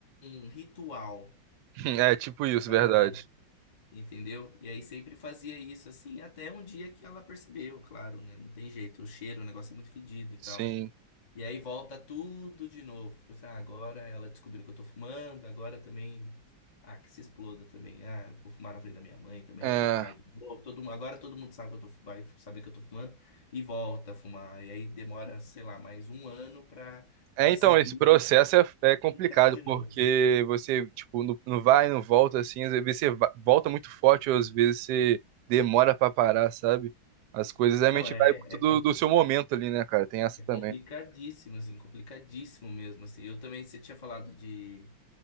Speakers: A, on the left; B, on the right.
A: um ritual.
B: <laughs> É, tipo isso,
A: Exatamente.
B: verdade.
A: Entendeu? E aí sempre fazia isso assim, até um dia que ela percebeu, claro, né? Não tem jeito, o cheiro, o negócio é muito fedido e
B: Sim.
A: tal. E aí volta tudo de novo. Tipo assim, ah, agora ela descobriu que eu tô fumando, agora também. Ah, que se exploda também. Ah, eu vou fumar na frente da minha mãe também,
B: É.
A: do meu pai. de novo. Todo, mundo- agora todo mundo sabe que eu tô, fu- vai saber que eu tô fumando e volta a fumar. E aí demora, sei lá, mais um ano pra
B: É,
A: conseguir
B: então, esse processo é, é complicado,
A: tentar de novo.
B: porque você, tipo, não, não vai, não volta, assim, às vezes você va- volta muito forte, ou às vezes você demora pra parar, sabe? As coisas realmente
A: Não, é,
B: vai muito do, do seu momento ali, né, cara? Tem essa
A: é
B: também.
A: complicadíssimo, assim, complicadíssimo mesmo, assim. Eu também, você tinha falado de.